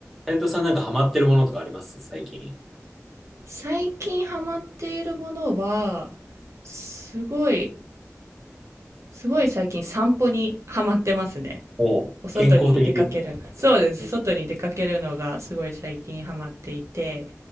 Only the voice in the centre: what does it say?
斉藤さんなんかハマってるものとかあります最近。
おう健康的で。
うん